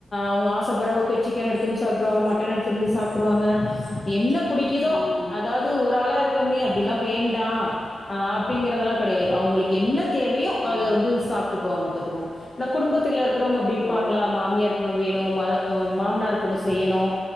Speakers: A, on the left; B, on the left.
A: அவுங்க ஆச பட்ற போய் சிக்கன் எடுத் வந்த் சாப்ட் வந்த்ருவாங்க மட்டன் எடுத்துட்டு வந்து சாப்ட்ருவாங்க என்ன பிடிக்குதோ
B: ம்
A: அதாவது ஒரு ஆளா இருக்கோமே அப்படிலா வேண்டா அ அப்படிங்கறதெல்லா கெடையாது அவுங்களுக் என்ன தேவையோ அத
B: ம்
A: வந்து சாப் இருக்குவாங்க பத்துக்கும் அந்த குடும்பத்தில இருக்கவங்க அப்படி இருப்பாங்களா
B: ஓ!
A: மாமியார் வேணும் மாமனார் கொண்ணு செய்யணும்